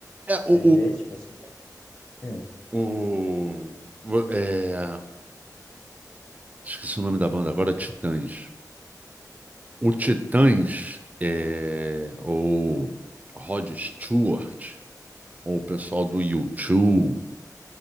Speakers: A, on the right (about 25°); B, on the left (about 30°).
A: É,
B: Às
A: o,
B: vezes você fala, hum,
A: o, o- o- é, esqueci o nome da banda agora, Titãs. O Titãs, é, ou Rod Stewart, ou o pessoal do U2,